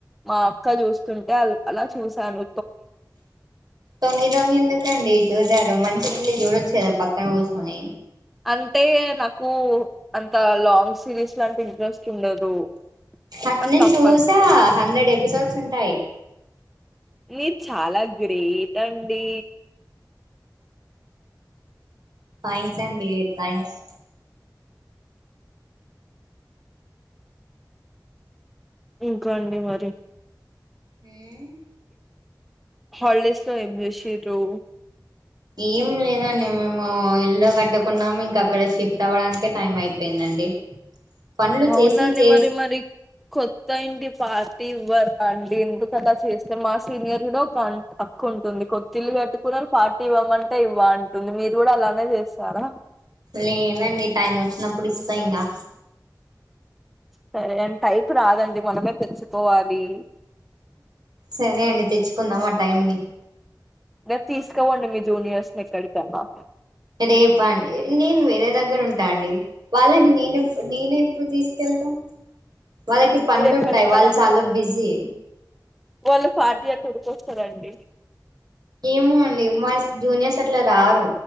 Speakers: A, in the centre; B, on the right.
A: మా క చూస్తుంటే, అల్ అలా చూశాను.
B: తొంగి తొంగి ఎందుకండి చూసారు? మంచిగెల్లి చూడొచ్చు కదా, పక్కన కూసోని.
A: అంటే నాకు అంత్ కా, లాంగ్ సిరీస్ లాంటె ఇంట్రెస్ట్. ఉండదు
B: అట్
A: కానీ
B: నేన్
A: తప్పదు
B: చూసా, హండ్రెడ్ ఎపిసోడ్స్ ఉంటాయి.
A: మీరు చాలా గ్ గ్రేట్ అండి.
B: థ్యాంక్స్ అండి, థ్యాంక్స్.
A: ఇంకా అండి మరి?
B: ఉమ్
A: హలిడేస్ లో ఏం చేసిర్రూ?
B: ఏం లేదండి. మేము ఇల్లు కట్టుకున్నాము, ఇంక అక్కడ షిఫ్ట్ అవ్వడానికే టైమ్ అయిపోయిందండి. పనులు
A: అవునండి
B: చేసి చేసి
A: మరి మరి, కొత్త ఇంటి పార్టీ ఇవ్వరా అండి? ఎందుకలా చేస్తర్. మా సీనియర్లో కం అక్క వుంటుంది. కొత్తిళ్లు కట్టుకున్నరు, పార్టీ ఇవ్వమంటే ఇవ్వ అంటుంది. మీరు కూడా అలానే చేస్తారా?
B: లేదండి టైం వచ్చినప్పుడు ఇస్తా ఇంకా
A: సరే అన్ టైము రాదండి, మనమే తెచ్చికోవాలి.
B: సరే అండి, తెచ్చుకుందాం ఆ టైం ని.
A: గ తీసుకోపొండి మీ జూనియర్స్ ని, ఎక్కడికన్నా.
B: రేపాన్ నేను వేరే దగ్ దగ్గర ఉంటా అండి, వాళ్ళని నేనేపుడ్ నేనెప్పుడు తీసుకెళ్తా? వాళ్ళకి పనులుంటాయి,
A: మీరు ఎక్కడుంటారండి
B: వాళ్ళు చాలా బిజీ.
A: వాళ్ళు, పార్టీ అంటే ఉరికొస్తరండి.
B: ఏమో అండి, మా స్ జూనియర్స్ అట్లా రారు.